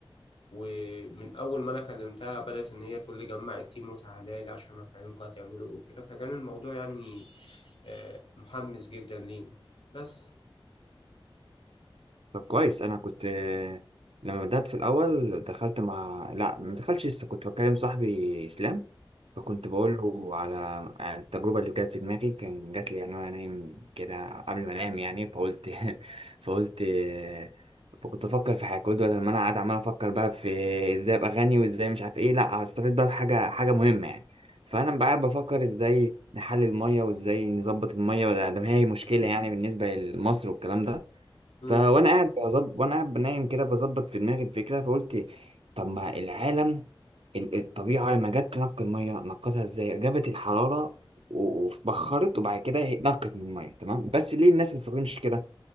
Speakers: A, on the left (about 80°); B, on the right (about 85°).
A: ومن أول ما أنا كلمتها بدأت إن هي تقول لي جمع التيم وتعالى لي عشان أفهمكم هتعملوا إيه وكده فكان الموضوع يعني آه، محمس جدا لينا بس
B: طب كويس انا كنت آه، لما بدأت في الاول دخلت مع لا ما دخلتش لسه كنت بكلم صاحبي اسلام فكنت بقول له على على التجربه اللي جت في دماغي كان جات لي يعني وانا نايم كده قبل ما انام يعني فقلت <laughs> فقلت آه، فكنت بفكر في حاجه قلت بدل ما انا قاعد عمال افكر بقى في ازاي ابقى غني وازاي مش عارف ايه لا هستفيد بقى بحاجه حاجه مهمه يعني فانا بقى قاعد بفكر ازاي نحلل الميه وازاي نظبط الميه بدل- ده ما هي مشكله يعني بالنسبه لمصر والكلام ده
A: مم.
B: فوانا قاعد بظبط وانا قاعد بنايم كده بظبط في دماغي الفكره فقلت طب ما العالم ال- الطبيعه لما جت تنقي الميه نقتها ازاي جابت الحراره و- وبخرت وبعد كده هي- نقت من الميه تمام بس ليه الناس ما بتستخدمش كده